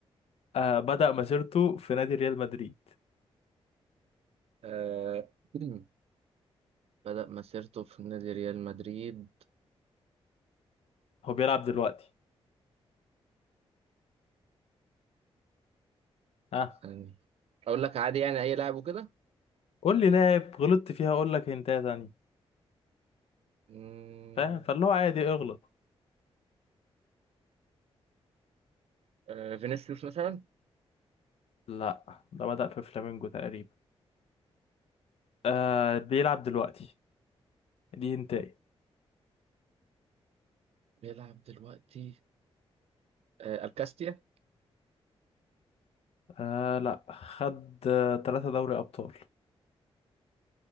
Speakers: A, on the left; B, on the right.
A: آه بدأ مسيرته في نادي ريال مدريد
B: آه. <clears throat> بدأ مسيرته في نادي ريال مدريد
A: هو بيلعب دلوقتي ها
B: ثانية. اقول لك عادي يعني اي لاعب وكده
A: قول لي لاعب غلطت فيها اقول لك هنتايه تانية
B: مم،
A: فاهم فاللي هو عادي اغلط
B: آه. فينيسيوس مثلا
A: لا ده بدأ في فلامينجو تقريبا آه بيلعب دلوقتي دي هنتايه
B: بيلعب دلوقتي آه. الكاستيا
A: آه لا خد آه، ثلاثة دوري أبطال